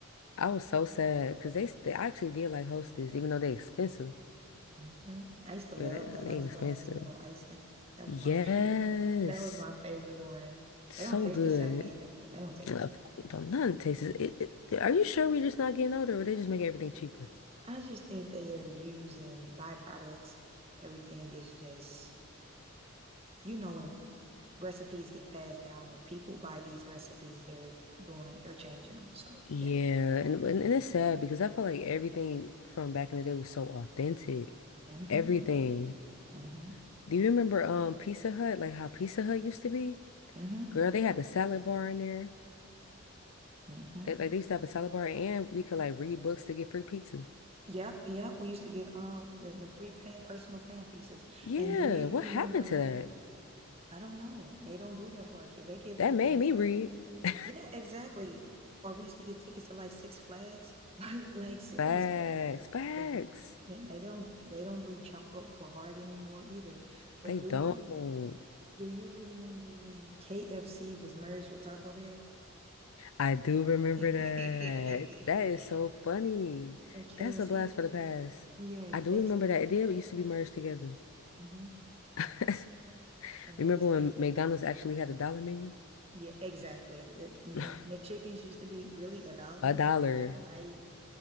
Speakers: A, on the left (about 75°); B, on the right (about 25°).
A: I was so sad because they, they I actually did like Hostess, even though they expensive.
B: <laughs> hmm I used to love
A: Girl, they,
B: the honey
A: they expensive.
B: buns with no icing. That
A: Yes.
B: was my <laughs> favorite. That was my favorite one.
A: So
B: They don't taste
A: good.
B: the same either. They don't taste
A: Of
B: the same.
A: cou- don't none tastes it, it. Are you sure we just not getting older or they just make everything cheaper?
B: I just think they are using byproducts and everything is just, you know, when recipes get passed down or people buy these recipes they're doing they're changing them so
A: Yeah,
B: yeah
A: and, and and it's sad because I feel like everything from back in the day was so authentic.
B: mm-hmm
A: Everything.
B: mm-hmm
A: Do you remember um Pizza Hut, like how Pizza Hut used to be?
B: mm-hmm
A: Girl, they had the salad bar in there.
B: mm-hmm
A: They, like they used to have a salad bar and we could like read books to get free pizza.
B: yep yep we used to get uh the, the free pan personal pan pieces
A: Yeah,
B: and do you
A: what
B: remember
A: happened to that?
B: i don't know they don't do that for our kids they give
A: That
B: them
A: made
B: things
A: me
B: to
A: read. <laughs>
B: yeah exactly or we used to get tickets to like six flags <laughs> like like seriously
A: Facts, facts.
B: they, they they don't they don't do jump rope for hard anymore either but
A: They
B: do
A: don't.
B: you do you remember when kfc was merged with taco bell
A: I do remember
B: <laughs>
A: that. That is so funny.
B: And KFC,
A: That's a blast for the past.
B: yes,
A: I do
B: they
A: remember
B: used
A: that. It did used to be merged together.
B: hmm
A: <laughs>
B: and
A: Remember
B: they used
A: when
B: to have
A: McDonald's
B: these.
A: actually had a dollar menu?
B: Yeah, exactly. The and
A: <laughs>
B: McChickens used to be really a dollar.
A: A dollar.
B: <laughs> Like